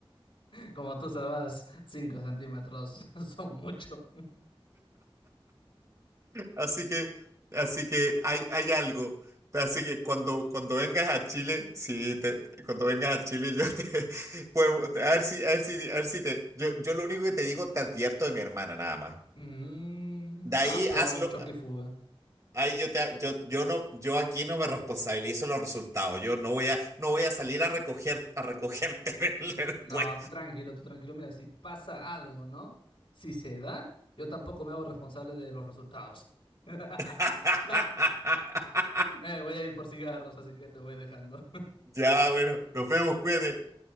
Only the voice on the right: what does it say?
Así que, así que hay, hay algo. Así que cuando, cuando vengas a Chile, sí, te- te- cuando vengas a Chile, yo te <laughs> puedo, a ver si, a ver si, a ver si te, yo, yo lo único que te digo, te advierto de mi hermana nada más.
De ahí
hazlo,
ahí yo te, yo, yo no, yo aquí no me responsabilizo los resultados. Yo no voy a, no voy a salir a recoger, a recogerte <laughs> después.
<laughs>
Ya, bueno, nos vemos, cuídate.